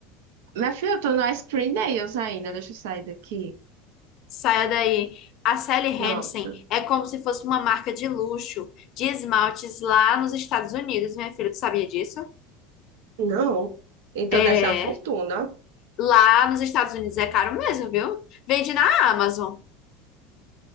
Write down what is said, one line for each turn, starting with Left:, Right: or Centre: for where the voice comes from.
Right: Minha filha, eu tô no Ice Cream Nails ainda. Deixa eu sair daqui.
Left: Saia daí. A Sally
Right: Pronto.
Left: Hansen é como se fosse uma marca de luxo de esmaltes lá nos Estados Unidos, minha filha. Tu sabia disso?
Right: Não. Então
Left: É.
Right: deve ser uma fortuna.
Left: Lá nos Estados Unidos é caro mesmo, viu? Vende na Amazon.